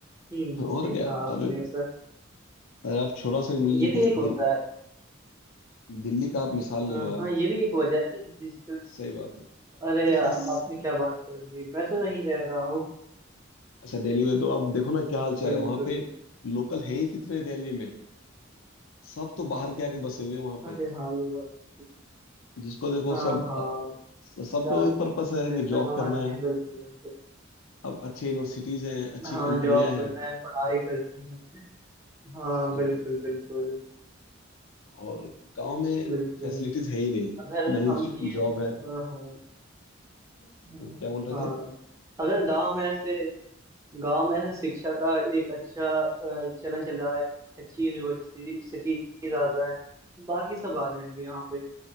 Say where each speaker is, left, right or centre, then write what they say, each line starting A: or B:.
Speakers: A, on the right (about 15°); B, on the left (about 80°).
A: हम्म
B: हाँ, और
A: सही
B: क्या
A: कहा आपने
B: अरे
A: ऐसा
B: अरे आप छोटा सा मिल
A: ये
B: दिस-
A: भी एक होता
B: दिल,
A: है
B: दिल्ली का आप मिसाल ले
A: हाँ
B: लो
A: हाँ,
B: आप
A: ये भी एक वजह है कि जिस
B: सही बात है
A: अरे
B: नहीं
A: यार
B: फैस
A: आपने क्या बात कर दी मैं तो नहीं रह रहा हूँ
B: अच्छा दिल्ली में तो आप देखो ना क्या हाल चाल
A: बिल्कुल
B: है वहाँ पे लोकल है ही कितने दिल्ली में सब तो बाहर के आके बसे हुए हैं वहाँ पे
A: अरे हाँ ये बात तो सही
B: जिसको देखो
A: है।
B: सब
A: हाँ हाँ
B: अ, सबका
A: ज्यादा
B: वही
A: से
B: पर्पस है कि
A: ज्यादा
B: जॉब
A: बाहर
B: करना
A: के
B: है
A: हैं बिल्कुल बिल्कुल
B: अब अच्छे यूनिवर्सिटीज हैं अच्छी
A: हाँ
B: कंपनियां
A: जॉब करना
B: हैं
A: है पढ़ाई करनी है हाँ
B: सही
A: बिल्कुल
B: बात
A: बिल्कुल
B: और गांव में
A: बिल्कुल
B: फैसिलिटीज है ही नहीं
A: अगर
B: ना ही
A: हम ये
B: जॉब है
A: हाँ हाँ हाँ
B: क्या बोल रहे
A: हाँ।
B: थे
A: अगर गांव में ऐसे गांव में ऐसे शिक्षा का एक अच्छा अ, चलन चल रहा है अच्छी यूनिवर्सिटी सिटीज आ गए हैं तो बाकी सब आ जाएंगे यहाँ पे